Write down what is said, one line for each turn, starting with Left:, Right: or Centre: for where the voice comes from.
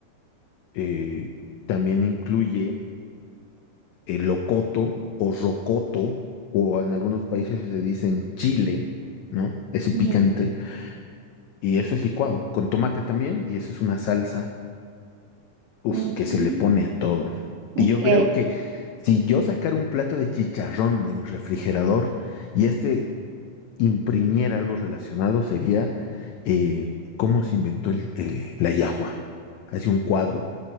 Left: eh, también incluye el locoto o rocoto, o en algunos países se le dicen chile, ¿no? Ese picante.
Right: Mm,
Left: Y eso es licuado, con tomate también, y eso es una salsa, uf,
Right: mm,
Left: que se le pone a todo.
Right: Ok,
Left: Y yo creo que si yo sacara un plato de chicharrón de mi refrigerador y este imprimiera algo relacionado, sería eh, cómo se inventó el- el- la yahua. Así un cuadro.